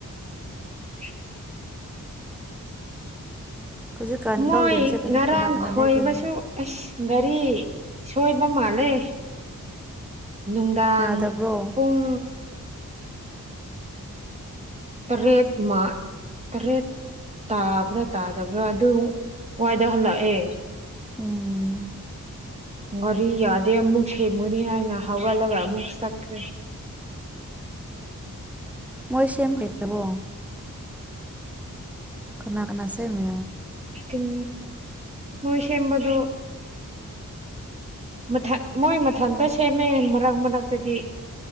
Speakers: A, on the right; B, in the centre.
A: ꯎ
B: ꯍꯧꯖꯤꯛꯀꯥꯟ
A: ꯃꯣꯏ
B: ꯂꯧ ꯂꯤꯡꯕꯁꯦ
A: ꯉꯔꯥꯡ
B: ꯀꯅꯥ ꯀꯅꯥ
A: ꯈꯣꯏꯕꯁꯨ
B: ꯂꯩꯗꯣꯏꯅꯣ
A: ꯑꯁ ꯒꯥꯔꯤ ꯁꯣꯏꯕ ꯃꯥꯜꯂꯦ ꯅꯨꯡꯗꯥꯡ
B: ꯌꯥꯗꯕ꯭ꯔꯣ
A: ꯄꯨꯡ ꯇꯔꯦꯠ ꯃꯥ ꯇꯔꯦꯠ ꯇꯥꯕ꯭ꯔꯥ ꯇꯥꯗꯕ꯭ꯔꯥ ꯑꯗꯨꯛ ꯋꯥꯏꯗ ꯍꯜꯂꯛꯑꯦ
B: ꯎꯝ
A: ꯉꯔꯤ ꯌꯥꯗꯦ ꯑꯃꯨꯛ ꯁꯦꯝꯃꯨꯅꯤ ꯍꯥꯏꯅ ꯍꯋꯥꯂꯒ ꯑꯃꯨꯛ ꯆꯈ꯭ꯔꯦ ꯎ
B: ꯃꯣꯏꯁꯌꯥꯝ ꯀꯩꯇꯕꯣ ꯀꯅꯥ ꯀꯅꯥ ꯁꯃꯦ
A: ꯎꯝ ꯃꯣꯏꯁꯑꯝꯕ ꯑꯗꯨ ꯃꯊ ꯃꯣꯏ ꯃꯊꯟꯇ ꯁꯦꯝꯃꯦ ꯃꯔꯛ ꯃꯔꯛꯇꯗꯤ